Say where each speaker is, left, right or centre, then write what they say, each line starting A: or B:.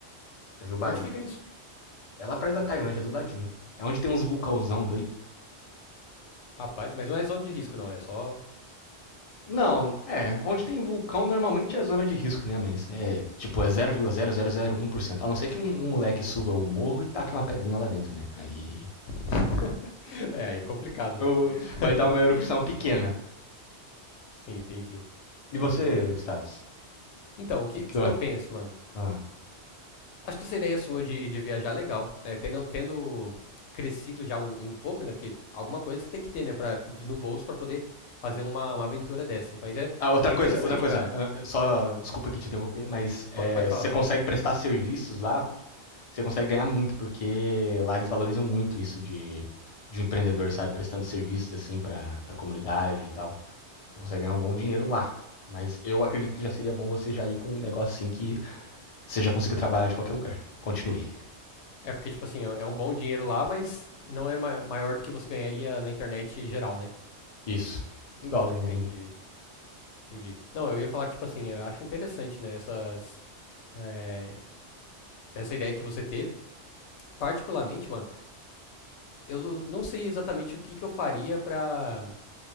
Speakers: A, on the left (about 45°); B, on the left (about 80°).
A: Jubali.
B: Onde fica isso?
A: É lá perto da Tailândia, do ladinho. É onde tem uns vulcãozão doido.
B: Rapaz, mas não é zona de risco, não, é só.
A: Não, é, onde tem vulcão normalmente é zona de risco, né? Mas é, tipo, é zero vírgula zero zero zero vírgula um por cento. A não ser que um, um moleque suba o morro e taque uma pedrinha lá dentro, né? Aí
B: <laughs> É, aí é complicado, velho. <laughs>
A: <laughs> vai dar uma erupção pequena.
B: Sim, entendi.
A: E
B: Entendi.
A: você, Status?
B: Então, o que,
A: Que
B: que
A: que
B: que
A: vai...
B: eu penso, mano?
A: Ah.
B: Acho que essa ideia sua de, de viajar é legal, né? Tendo, tendo crescido já um, um pouco, né? Porque alguma coisa você tem que ter, né? Pra, de- no bolso pra poder fazer uma, uma aventura dessas. Mas é,
A: Ah, outra
B: é
A: coisa,
B: interessante,
A: outra coisa,
B: cara.
A: ah, só desculpa que te interromper, mas é,
B: Po- pode falar,
A: você
B: pode
A: consegue
B: falar.
A: prestar serviços lá você consegue ganhar muito, porque lá eles valorizam muito isso de, de um empreendedor, sabe? Prestando serviços, assim, pra, pra comunidade e tal. Você consegue ganhar um bom dinheiro lá. Mas eu acredito que já seria bom você já ir com um negócio assim que você já consiga trabalhar de qualquer lugar. Continue.
B: É porque, tipo assim, é é um bom dinheiro lá, mas não é ma- maior do que você ganharia na internet geral, né?
A: Isso. Em dólar, né,
B: Entendi.
A: ainda.
B: Entendi. Não, eu ia falar que, tipo assim, eu acho interessante, né, essas, eh, essa ideia que você teve. Particularmente, mano, eu não sei exatamente o que que eu faria pra.